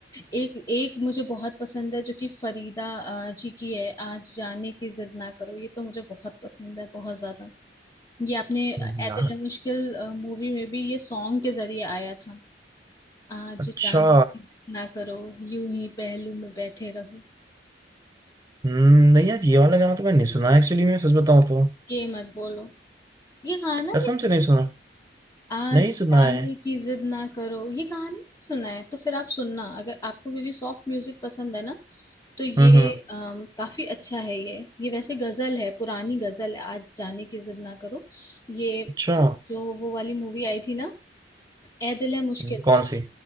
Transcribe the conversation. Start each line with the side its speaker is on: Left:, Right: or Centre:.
Left: एक एक मुझे बहुत पसंद है जो कि फरीदा अ, जी की है आज जाने की जिद ना करो ये तो मुझे बहुत पसंद है बहुत ज्यादा ये आपने
Right: नहीं
Left: ऐतिल
Right: यार
Left: मुश्किल मूवी में भी ये सॉन्ग के जरिए आया था आज
Right: अच्छा
Left: जान ना करो यूं ही पहलू में बैठे रहो
Right: हम्म, नहीं यार ये वाला गाना तो मैंने नहीं सुना एक्चुअली मैं सच बताऊं तो
Left: ये मत बोलो ये गाना
Right: कसम
Left: ये
Right: से नहीं सुना
Left: आज
Right: नहीं सुना
Left: जाने
Right: है
Left: की जिद ना करो ये गाने ही सुना है तो फिर आप सुनना अगर आपको भी, भी सॉफ्ट म्यूजिक पसंद है ना तो ये
Right: हम्म हम्म
Left: अम, काफी अच्छा है ये ये वैसे गजल है पुरानी गजल है आज जाने की जिद ना करो ये
Right: अच्छा
Left: जो वो वाली मूवी आई थी ना ऐ दिल है मुश्किल
Right: हम्म, कौन सी